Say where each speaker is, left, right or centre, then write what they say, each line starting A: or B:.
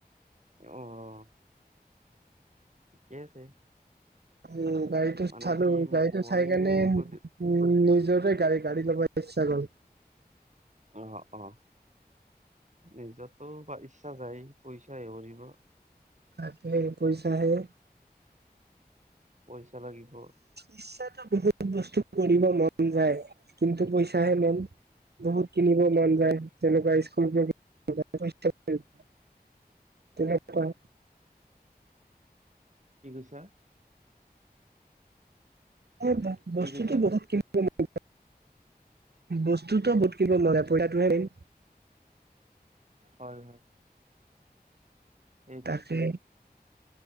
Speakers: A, on the right (about 45°); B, on the right (about 80°).
A: অঁ', ঠিকে আছে।
B: উম, গাড়ীটো
A: মানে
B: চালো,
A: কি
B: গাড়ীটো
A: মইও
B: চাই কেনে
A: গধূ
B: উম, নিজৰেই গাড়ী, গাড়ী ল'ব ইচ্ছা গ'ল।
A: অ', অ' নিজৰটো বা ইচ্ছা যায়, পইচাইহে কৰিব।
B: তাকেই পইচাহে।
A: পইচা লাগিব।
B: ইচ্ছাটো বহুত বস্তু কৰিব মন যায়, কিন্তু পইচাহে মেইন। বহুত কিনিব মন যায়, যেনেকুৱা। <unintelligible> তেনেকুৱা।
A: কি কৈছা?
B: এই ব
A: কি
B: বস্তুটো
A: কৈছা
B: বহুত কিনিব মন যায়। বস্তুটো বহুত কিনিব মন, <unintelligible> টোহে মেইন।
A: হয়, হয়, সেইটোৱেইতো।
B: তাকে